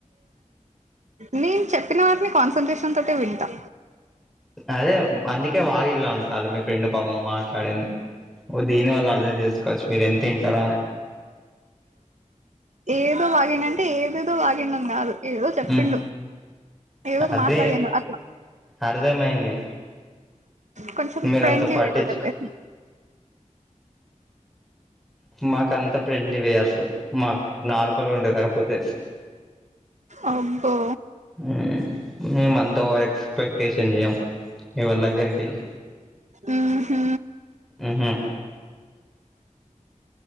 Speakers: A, on the right (about 60°); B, in the centre.
A: నేను చెప్పిన వాటిని కాన్సంట్రేషన్ తోటె వింటా
B: అదే అందుకే వాగిలు ఇలా ఉంటాలు మీ ఫ్రెండ్ పాపం మాట్లాడింది దీని వళ్ళ అర్థం చేస్ కచ్ మీర్ ఇంతింత లోనే
A: ఏదో వాగిండంటే ఏదేదో వాగిండని కాదు ఏదో చెప్పిండు
B: ఉమ్
A: ఏదో
B: అదే
A: మాట్లాడిండు అట్లా
B: అర్థమైంది
A: కొంచెం
B: మీరంత
A: ఫ్రెండ్లీ
B: పట్టించుకు
A: వేలో చెప్పేసి
B: మాక అంత ఫ్రెండ్లీ వేయద్దు మాకు నార్మల్గా ఉంటే సరిపోతది
A: అబ్బో
B: ఊ మే మంత్ ఓవర్ ఎక్స్పెక్టేషన్ చేయం ఇవర్ లగ్గరికెళ్ళి
A: ఊహు
B: ఊహు